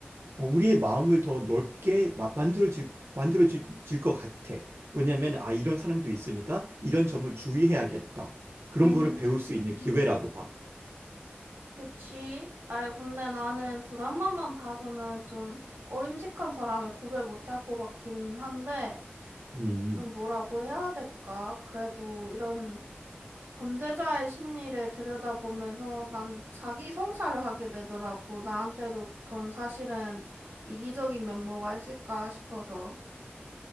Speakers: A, on the right; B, on the right.
A: 어, 우리의 마음을 더 넓게 마- 만들어질, 만들어질 것 같아. 왜냐면, 아, 이런 사람도 있으니까 이런 점을 주의해야겠다. 그런
B: 음,
A: 거를 배울 수 있는 기회라고
B: 음,
A: 봐.
B: 그치? 아이 근데 나는 드라마만 봐서는 좀 꺼림칙한 사람을 구별 못할 것 같긴 한데
A: 음.
B: 좀 뭐라고 해야 될까? 그래도 이런 범죄자의 심리를 들여다보면서 난 자기 성찰을 하게 되더라고. 나한테도 그런 사실은 이기적인 면모가 있을까 싶어서.